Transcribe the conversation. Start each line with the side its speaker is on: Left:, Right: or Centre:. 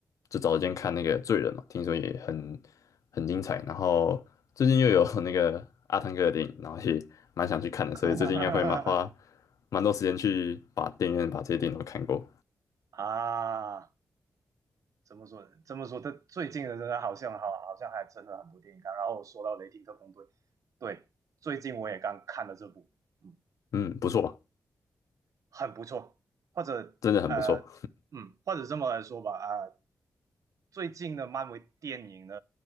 Left: 就找时间看那个《罪人》嘛，听说也很很精彩。然后最近又有 <laughs> 那个阿汤哥的电影，然后也蛮想去看的，
Right: <laughs>
Left: 所以最近应该会蛮花蛮多时间去把电影院把这些电影都看过。
Right: 啊，怎么说？这么说，他最近的真的好像好，好像还真的很多电影看。然后说到《雷霆特工队》，对，最近我也刚看了这部。嗯
Left: 嗯，不错吧？
Right: 很不错，或者呃，
Left: 真的很不错。
Right: 嗯，或者这么来说吧，啊、呃最近的漫威电影呢，